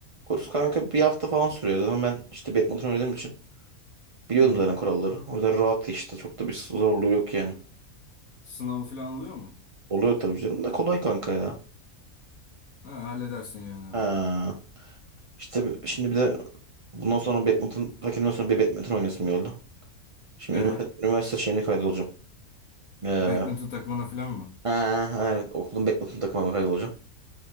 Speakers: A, on the right; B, on the left.
A: kurs kanka bir hafta falan sürüyor. Zaten ben işte badminton oynadığım için. Biliyordum
B: Hı hı.
A: zaten kuralları. O yüzden rahat geçti. Çok da bir zorluğu yok yani.
B: Sınavı falan oluyor mu?
A: Oluyor tabii canım da kolay kanka ya.
B: Ha, halledersin yani hemen.
A: Ha. İşte bi- şimdi bir de bundan sonra badminton, takimden sonra bir badminton oynayasım geldi. Şimdi
B: E,
A: üniversite, üniversite şeyine kaydolacağım. Ee,
B: badminton takımına falan mı?
A: ha, evet, okulun badminton takımına kaydolacağım.